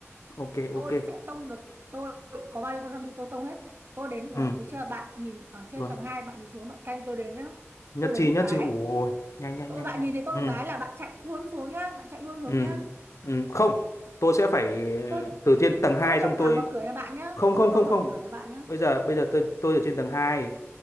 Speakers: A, on the left; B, on the right.
A: ok ok.
B: tôi sẽ tông được tôi có bao nhiêu con zombie tôi tông hết tôi đến được
A: Ừ,
B: được chưa bạn nhìn ở trên
A: rồi.
B: tầng hai bạn nhìn xuống bạn canh tôi đến nhá
A: Nhất
B: tôi đến
A: trí
B: một
A: nhất
B: cái
A: trí. Ủa, nhanh nhanh
B: tôi
A: nhanh
B: bạn
A: nhanh.
B: nhìn thấy tôi
A: Ừ,
B: một cái là bạn chạy luôn xuống nhá bạn chạy luôn xuống
A: ừ,
B: nhá
A: ừ. Không, tôi sẽ phải ờ,
B: tôi
A: từ trên tầng 2
B: tôi
A: xong
B: tông
A: tôi
B: thẳng vào cửa nhà bạn nhá
A: không không
B: tôi
A: không
B: tông thẳng
A: không.
B: vào cửa nhà bạn nhá
A: Bây giờ bây giờ tôi tôi ở trên tầng 2